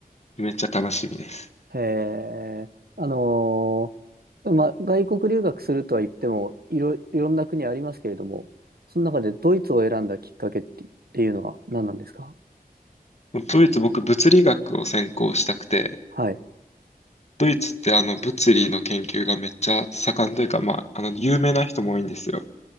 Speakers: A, on the left; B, on the right.
A: めっちゃ楽しみです。
B: へえ。あのーまあ、外国留学するとは言っても、いろ、いろんな国ありますけれども、その中でドイツを選んだきっかけって、っていうのは何なんですか
A: ドイツ、僕、物理学を専攻したくて、
B: はい。
A: ドイツってあの物理の研究がめっちゃ盛んというか、まあ、あの有名な人も多いんですよ。